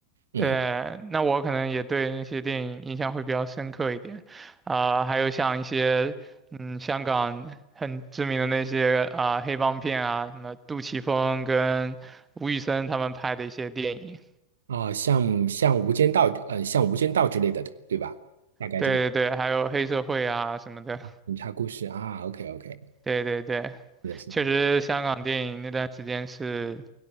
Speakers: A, on the right; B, on the right.
A: 嗯。
B: 对，那我可能也对那些电影印象会比较深刻一点，啊、还有像一些嗯香港很知名的那些啊、黑帮片啊，什么杜琪峰跟吴宇森他们拍的一些电影。
A: 啊、像像《无间道》呃，像《无间道》之类的，对吧？大概这个
B: 对对对，还有黑社会啊什么的，
A: 警察故事啊，OK OK，
B: 对对对，
A: 是的，是的，
B: 确实香港电影那段时间是